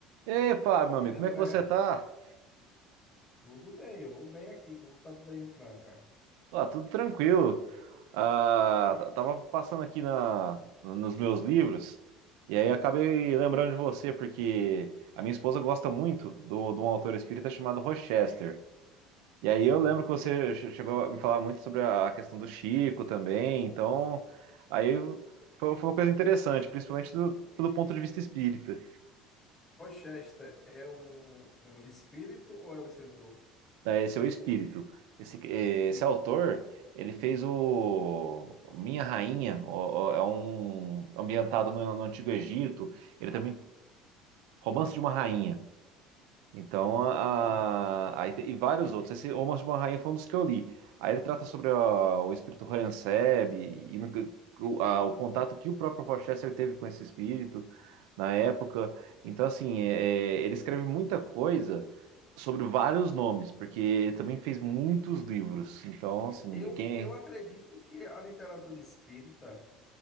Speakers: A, on the right; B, on the left.
A: E aí, Fábio, meu amigo,
B: Diga,
A: como
B: André,
A: é que você tá?
B: tudo bem? Eu vou bem aqui. Como tá tudo aí em Franca?
A: Ó, tudo tranquilo. Ah, t- tava passando aqui na, nos meus livros e aí acabei lembrando de você, porque a minha esposa gosta muito do, de um autor espírita chamado Rochester. E aí
B: Sim.
A: eu lembro que você che- chegou a me falar muito sobre a questão do Chico também, então aí foi, foi uma coisa interessante, principalmente do, pelo ponto de vista espírita.
B: Rochester é um, um espírito ou é um escritor?
A: né, esse é o espírito. Esse, eh,
B: E,
A: esse autor, ele fez o Minha Rainha, ó, ó, é um ambientado no, no Antigo Egito. Ele também, Romance de uma Rainha. Então,
B: hum,
A: a, a, aí tem- e vários outros. Esse Almas de uma Rainha foi um dos que eu li. Aí ele trata sobre a- o espírito Horenseb e no que- o, a- o contato que o próprio Rochester teve com esse espírito na época. Então, assim, é- é, ele escreve muita coisa sobre vários nomes, porque ele também fez muitos livros. Então, assim,
B: eu,
A: quem.
B: eu acredito que a literatura espírita,